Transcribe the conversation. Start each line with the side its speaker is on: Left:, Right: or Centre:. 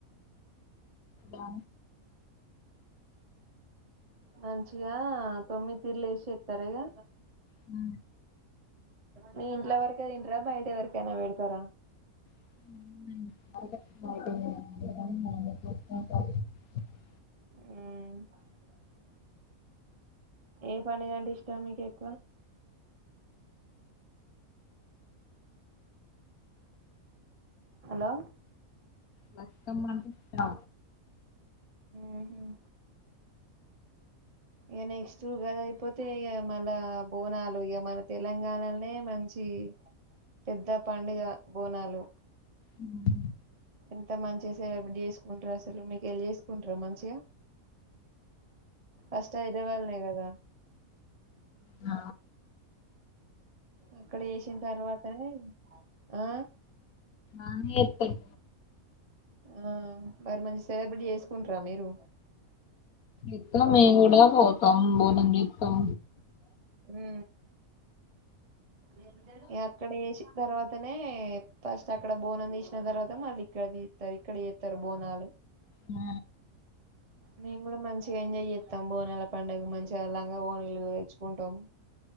Left: ఆ
Right: మంచిగా తొమ్మిది ఇల్లు ఏసీ ఎత్తరు గా
Left: హు
Right: నీ ఇంట్లో వరకె తింటరా, బయట ఎవరికైనా వెడతారా?
Left: గ అ
Right: ఊ ఏ పండగ అంటే ఇష్టం మీకెక్కువ? హలో
Left: మొత్తం అడు తా
Right: మ్మ్. ఇగ నెక్స్ట్ ఉగాది అయిపోతే, ఇగ మళ్ళ బోనాలు, ఇగ మన తెలంగాణల్నే మంచి ఇ పెద్ద పండుగ బోనాలు
Left: ఉ
Right: ఎంత మంచిగ సెలబెట్ చేసుకుంట్రు అసలు, మీకెల్ చేసుకుంట్ర మంచిగా ఫస్ట్ హైదరాబాద్లోనే కదా
Left: ఆ
Right: అక్కడ చేసిన్ తర్వాతనే ఆ
Left: ఆన్ ఎతయ్
Right: ఆ మరి మంచి సెలబ్రిటీ చేసుకుంట్ర మీరు?
Left: ఎపుల మేం కూడా పోతాం బోనం చెత్తాం
Right: ఉ ఇగ అక్కడ చేసిన్ తర్వాత నే ఫస్ట్ అక్కడ బోనం తీసిన తర్వాత, మళ్ళీ ఇక్కడ తీస్తారు ఇక్కడ తీస్తారు బోనాలు
Left: ఆ
Right: మేం కూడ మంచిగా ఎంజాయ్ చెత్తం బోనాల పండగ, మంచిగ లంగ ఓనీలు తెచ్చుకుంటాం.